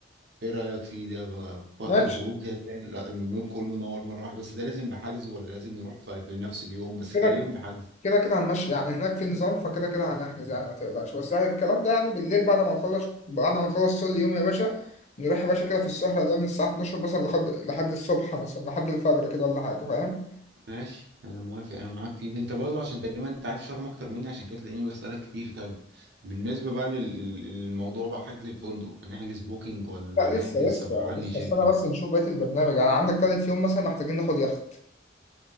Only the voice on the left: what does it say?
ماشي
كده
كده كده هنمشي يعني هناك في نظام فكده كده هنحجز يعني ما تقلقش بس يعني الكلام ده يعني بالليل بعد ما نخلص بعد ما نخلص طول اليوم يا باشا نروح يا باشا كده في السهرة ده من الساعة 12 مثلا لحد لحد الصبح مثلا لحد الفجر كده ولا حاجة فاهم؟
لا لسه
لسه
لسه
استنى بس نشوف بقية البرنامج يعني عندك تالت يوم مثلا محتاجين ناخد يخت